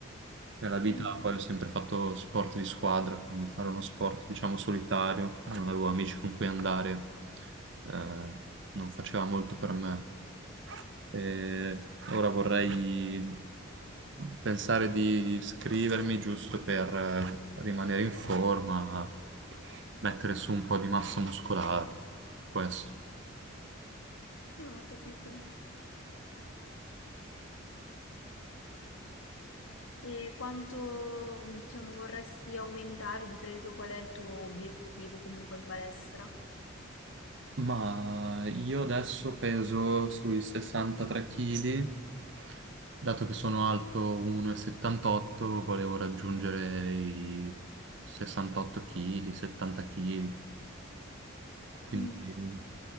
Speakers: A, on the right; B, on the left.
A: Nella vita
B: Mm,
A: poi ho sempre fatto sport di squadra, quindi fare uno sport, diciamo, solitario, non avevo amici con cui andare, eh, non faceva molto per me. Eh, ora vorrei pensare di iscrivermi giusto per eh, rimanere in forma, mettere su un po' di massa muscolare, questo.
B: no, ho capito. E quanto, diciamo, vorresti aumentare, di peso, qual è il tuo obiettivo comunque in palestra?
A: Ma io adesso peso sui 63 kg, dato che sono alto 1,78, volevo raggiungere i 68 kg, 70 kg, quindi
B: Mm.